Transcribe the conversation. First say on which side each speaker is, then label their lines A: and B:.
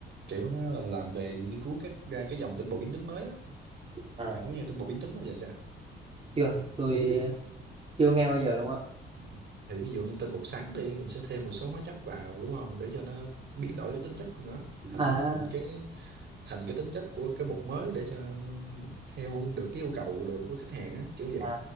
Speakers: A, on the right; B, on the right.
A: kiểu nó là làm về nghiên cứu các ra cái dòng tinh bột biến tính mới á
B: À,
A: bạn có nghe tinh bột biến tính bao giờ chưa
B: chưa tôi chưa nghe bao giờ luôn á
A: Ừ. thì ví dụ như tinh bột sắn đi mình sẽ thêm một số hóa chất vào đúng không để cho nó biến đổi cái tính chất của nó thành
B: à
A: cái thành cái tính chất của cái bột mới để cho theo được cái yêu cầu được của khách hàng á kiểu vậy
B: à